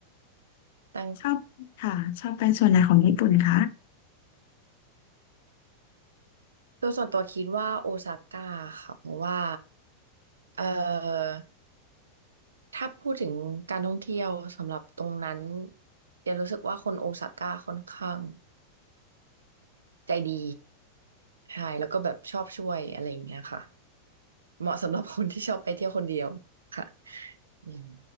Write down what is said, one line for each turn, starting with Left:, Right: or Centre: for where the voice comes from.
Right: แต่
Left: ชอบค่ะชอบไปส่วนไหนของญี่ปุ่นคะ
Right: ตัวส่วนตัวคิดว่าโอซาก้าค่ะเพราะว่าเออ ถ้าพูดถึงการท่องเที่ยวสำหรับตรงนั้นเดี๋ยวรู้สึกว่าคนโอซาก้าค่อนข้างใจดีใช่แล้วก็แบบชอบช่วยอะไรอย่างเงี้ยค่ะเหมาะสำหรับคนที่ชอบไปเที่ยวคนเดียวค่ะอืม